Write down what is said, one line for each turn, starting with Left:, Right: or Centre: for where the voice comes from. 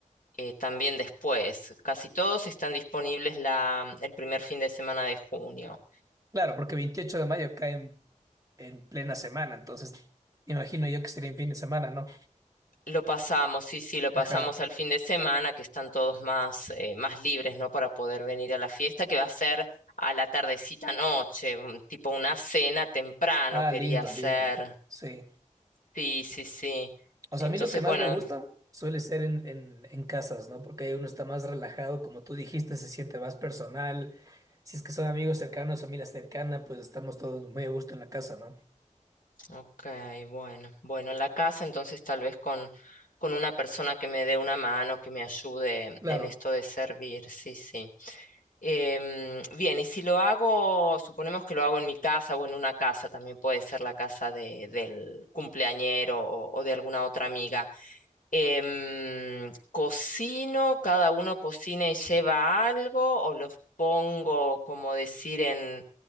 Left: eh, también después. Casi todos están disponibles la, mm, el primer fin de semana de junio.
Right: Claro, porque 28 de mayo cae en, en plena semana, entonces imagino yo que sería en fin de semana, ¿no?
Left: Lo pasamos, sí, sí, lo pasamos
Right: Ajá.
Left: al fin de semana, que están todos más, eh, más libres, ¿no? Para poder venir a la fiesta, que va a ser a la tardecita noche, un- tipo una cena temprano
Right: Ah,
Left: quería
Right: lindo,
Left: hacer.
Right: lindo. Sí.
Left: Sí, sí, sí.
Right: O sea,
Left: Entonces,
Right: a mí lo que más
Left: bueno,
Right: me gusta suele ser en, en, en casas, ¿no? Porque ahí uno está más relajado, como tú dijiste, se siente más personal. Si es que son amigos cercanos, familia cercana, pues estamos todos muy a gusto en la casa, ¿no?
Left: Ok, bueno, bueno, en la casa entonces tal vez con, con una persona que me dé una mano, que me ayude
Right: Claro.
Left: en esto de servir, sí, sí. Em, bien, y si lo hago, suponemos que lo hago en mi casa o en una casa, también puede ser la casa de, del cumpleañero o, o de alguna otra amiga. Em, cocino, cada uno cocina y lleva algo, o los pongo, como decir, en,